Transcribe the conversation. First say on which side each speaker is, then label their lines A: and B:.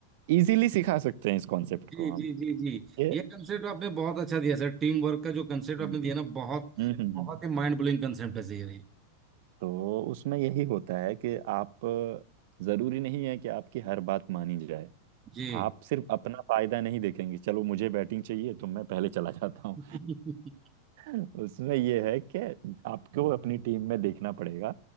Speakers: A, on the right; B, on the right.
A: इजीली सिखा सकते हैं इस कॉन्सेप्ट
B: जी
A: को हम
B: जी जी जी
A: कि
B: ये कंसेप्ट आपने बहुत अच्छा दिया सर टीम वर्क का जो कंसेप्ट
A: हम्म
B: आपने दिया ना बहुत
A: हम्म हम्म,
B: बहुत
A: हम्म।
B: ही माइंड ब्लोइंग कंसेप्ट है सर ये
A: तो उसमें यही होता है कि आप जरूरी नहीं है कि आपकी हर बात मानी जाए
B: जी
A: आप सिर्फ अपना फायदा नहीं देखेंगे चलो मुझे बैटिंग चाहिए तो मैं पहले चला जाता हूँ
B: <laughs>
A: <laughs> उसमें यह है कि आपको अपनी टीम में देखना पड़ेगा